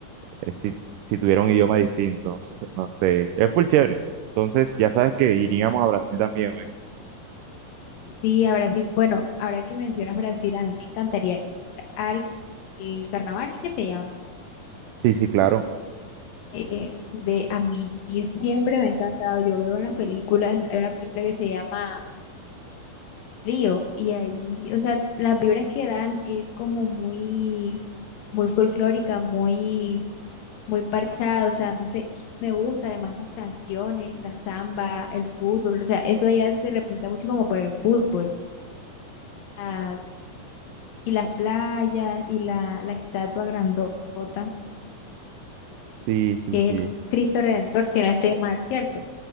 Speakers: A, on the right (about 80°); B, on the left (about 75°).
A: eh, si, si tuviera un idioma distinto, <laughs> no sé, es full chévere. Entonces, ya sabes que iríamos a Brasil también, ¿oíste?
B: sí, a Brasil. Bueno, ahora que mencionas Brasil, a mí me encantaría ir al el carnaval, ¿es que se llama?
A: Sí, sí, claro.
B: Eh, ve, a mí siempre me ha encantado, yo veo en las películas, hay una película que se llama río y ahí, o sea, las vibras que dan es como muy, muy folclórica, muy, muy parchada, o sea, no sé, me gusta además las canciones, la samba, el fútbol, o sea, eso allá se representa mucho como por el fútbol, las, y las playas y la, la estatua grandota,
A: Sí, sí,
B: que
A: sí.
B: es el Cristo Redentor, si no estoy mal, ¿cierto?